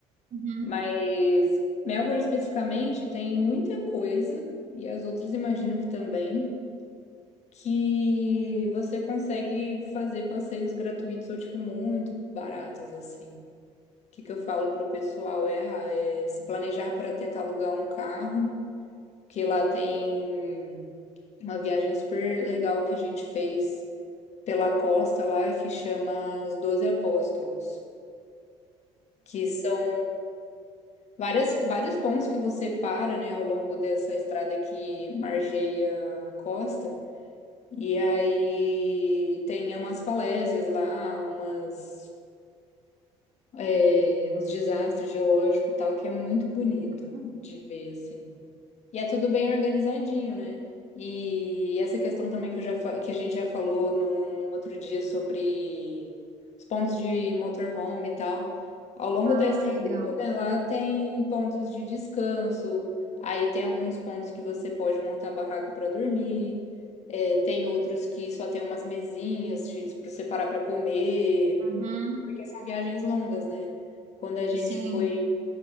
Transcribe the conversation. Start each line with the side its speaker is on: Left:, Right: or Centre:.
Right: Uhum.
Left: Mas Melbourne especificamente tem muita coisa, e as outras imagino que também, que você consegue fazer passeios gratuitos ou, tipo, muito baratos, assim. O que que eu falo pro pessoal é, ah, é se planejar para tentar alugar um carro, que lá tem uma viagem super legal que a gente fez pela costa lá, que chama Os Doze Apóstolos. que são várias, vários pontos que você para, né, ao longo dessa estrada que margeia a costa. E aí tem umas falésias lá, umas, é, uns desastres geológicos e tal, que é muito bonito
Right: Hum.
Left: de ver, assim. E é tudo bem organizadinho, né? E essa questão também que, eu já, fa- que a gente já falou num, num outro dia sobre os pontos de motorhome e tal. Ao longo
Right: Ah,
Left: da estrada
Right: legal.
Left: toda lá tem pontos de descanso, aí tem alguns pontos que você pode montar barraca para dormir, é, tem outros que só tem umas mesinhas para você parar para comer.
Right: Uhum.
Left: Porque são viagens longas, né? Quando a gente
Right: Sim,
Left: foi,